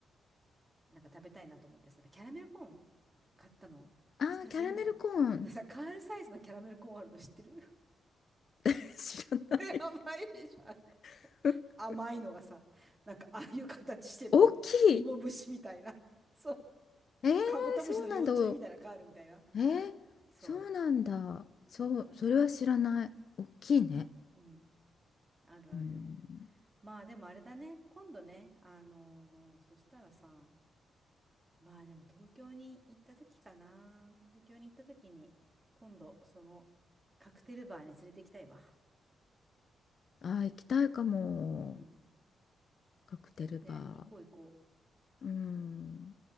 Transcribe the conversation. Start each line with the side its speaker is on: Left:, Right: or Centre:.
Right: なんか食べたいなと思ってさ、キャラメルコーン買ったの。
Left: あーキャラメルコーン
Right: そしたらさ、今さ、今さ、カールサイズのキャラメルコーンあるの知ってる
Left: <laughs> 知らない
Right: 甘 <laughs> いでしょ。あの
Left: <laughs>
Right: 甘いのがさ、なんかああいう形してんの。
Left: 大きい
Right: 芋虫みたいな。そう。
Left: えー、
Right: カブトムシの幼虫みたいなカールみたいな。
Left: そうなんだえー、
Right: そ
Left: そうなんだそうそれは知らない大きいね
Right: う。そうそう、あるよ。うん。あるある。
Left: うん
Right: まあでもあれだね。今度ね、あのーそしたらさ、まあでも東京に行った時かな。東京に行った時に、今度そのカクテルバーに連れて行きたいわ。
Left: あー行きたいかも
Right: うん。
Left: カクテルバ
Right: ね、行こう行こう。
Left: ーうん